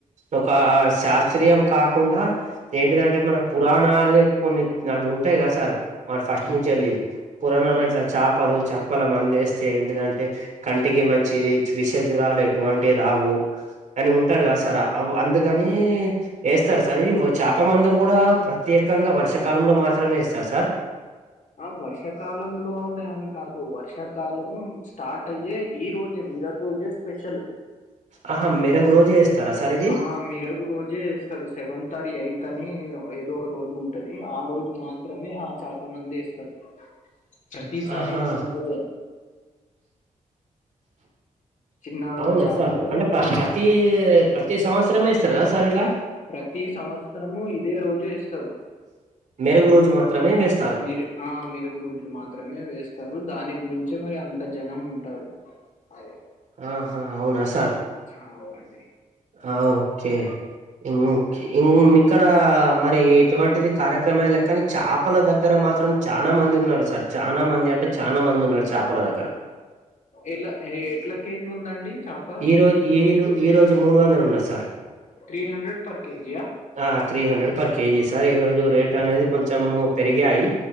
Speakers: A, on the right (about 60°); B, on the left (about 65°).
A: ఒక శాస్త్రీయం కా కుండా ఏంటిదంటే మన పురాణాలే కొన్ని అవి ఉంటాయి. కదా సార్ మరి ఫస్ట్
B: అవును
A: నుంచేళ్ళి పురానా
B: అవును.
A: ఇట్లా చా పలు చేపల మందేస్తే ఏంటిదంటే కంటికి మంచిది విష జ్వరాలె అటువంటివి రావు అని ఉంటరు కదా సార్ అందుకని వేస్తారు సార్ చేప మందు కూడా ప్రత్యేకంగా వర్షాకాలంలో మాత్రమే ఇస్తర్ సార్
B: ఆ వర్షాకాలంలోనే అని కాదు వర్షాకాలము స్టార్ట్ అయ్యే ఈ రోజే మీరొకరోజే స్పెషల్
A: ఆహా మెరగు
B: స
A: రోజే వేస్తారా సార్ ఇది
B: ఆ మీరగు రోజే సార్ సెవెంతర్ ఎయిత్ అని ఏదో ఒక రోజు ఉంటది ఆ రోజు మాత్రమే ఆ చేప మందే స్తరూ ప్రతిసారి
A: ఆహా
B: ఏముంటద చిన్న
A: అవునా
B: చేపలు
A: సార్ అంటే ప్ర
B: ఆ
A: ప్రతి ప్రతి సంవత్సరమే ఏస్తరు కా సార్ ఇల
B: ప్రతి సంవత్సరము ఇదే రోజు వేస్తరు
A: మెరుగు రోజు మాత్రమే వేస్తారు
B: మీరు ఆ మెరుగు రోజు మాత్రమే వేస్తారు దాని గురించే మరి అంత జనం ఉంటరు అదే
A: ఆహా అవునాసార్
B: చ అవునండి
A: ఆ ఓకే ఇం ఇం ఇక్కడ మరి ఎటువంటిది కార్యక్రమం లెక్కనే చేపల దగ్గర మాత్రం చానా మంది ఉన్నరు సార్ చానా మంది అంటే చాలా మంది ఉన్నరు చేపల దగ్గర
B: ఎలా ఎట్ల కేజీ ఉందండి చాప్
A: ఈ రోజు ఈ ఈ రోజు మూడు వందలు ఉన్నది సార్
B: త్రీ హండ్రెడ్ పర్ కేజియా
A: ఆ three hundred per KG sir ఈ రోజు
B: అదే
A: రేటు
B: బాక్స్
A: అనేది కొంచెం పెరిగాయి